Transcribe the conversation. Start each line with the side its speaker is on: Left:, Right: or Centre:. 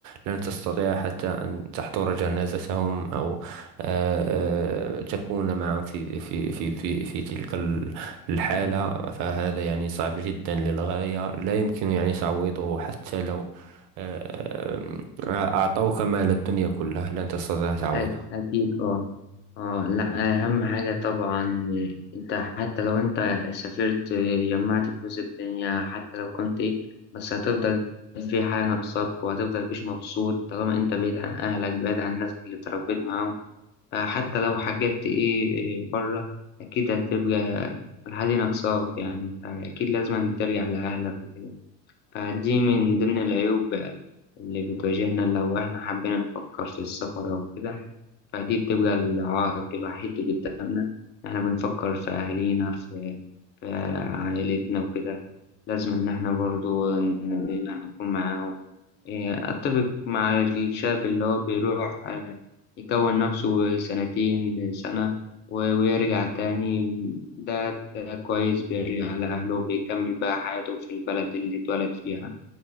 Right: لن تستطيع حتى أن تحضر جنازتهم أو آه، آه، تكون معهم في في في في في تلك ال- الحالة
Left: فعلا
Right: فهذا يعني صعب جدا للغاية لا يمكن يعني تعويضه حتى لو آه، آه، أعطوك مال الدنيا كله لن تستطيع تعويضه
Left: أك- أكيد أه أه لأ أهم حاجة طبعا أنت حتى لو أنت سافرت جمعت فلوس الدنيا حتى لو كنت إيه بس هتفضل في حاجة ناقصاك وهتفضل مش مبسوط طالما أنت بعيد عن أهلك بعيد عن الناس اللي اتربيت معاهم فحتى لو حاجات إيه إيه بره أكيد هتبقى الحاجة ناقصاك يعني فأكيد لازم ترجع لأهلك وكده فدي من ضمن العيوب اللي بتواجهنا لو إحنا حبينا نفكر في السفر أو كده فدي بتبقى العائق الوحيد اللي قدامنا احنا بنفكر في أهالينا في, في عائلتنا وكده لازم إن احنا برضو ن- يعني نكون معاهم إيه، أتفق مع الشاب اللي هو بيروح آه، يكون نفسه سنتين سنة و- ويرجع تاني ده ده كويس بيرجع لأهله وبيكمل بقى حياته في البلد اللي اتولد فيها.